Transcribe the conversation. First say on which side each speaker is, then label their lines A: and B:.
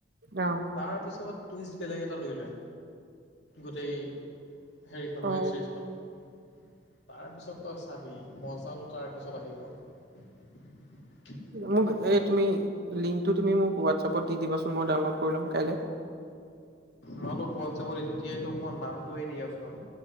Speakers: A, on the right (about 60°); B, on the left (about 65°).
A: অহ।
B: তাৰপিছত টুইষ্ট বেলেগ এটা লৈ লয়, গোটেই হেৰিখন,
A: অ
B: ৱেব ছিৰিজখনৰ। তাৰপিছত তই চাবি, মজাটো তাৰ পিছত আহিব।
A: মোক
B: মজা
A: এই তুমি, লিংকটো তুমি মোক হোৱাটছ এপত দি দিবাচোন, মই ডাউনলোড কৰি ল'ম কাইলৈ।
B: মই তোক হোৱাটছএপত এতিয়াই তোক মই নামটোৱে দি আছোঁ।